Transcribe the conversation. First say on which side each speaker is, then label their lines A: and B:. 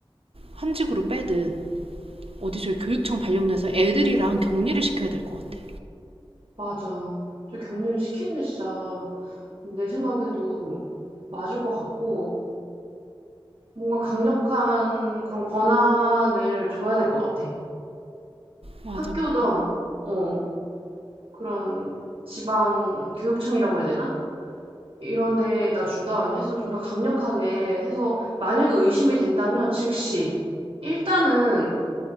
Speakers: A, on the right (about 85°); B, on the right (about 60°).
A: 한직으로 빼든 어디 저희 교육청 발령내서 애들이랑 격리를 시켜야 될 것 같아.
B: 맞아. 좀 격리를 시키는 게 진짜 내 생각에도 맞을 것 같고 뭔가 강력한 그런 권한을 줘야 될 것 같아.
A: 맞아.
B: 학교든 어, 그런 지방 교육청이라고 해야 되나? 이런 데에다 주던 해서 좀 더 강력하게 해서 만약에 의심이 된다면 즉시 일단은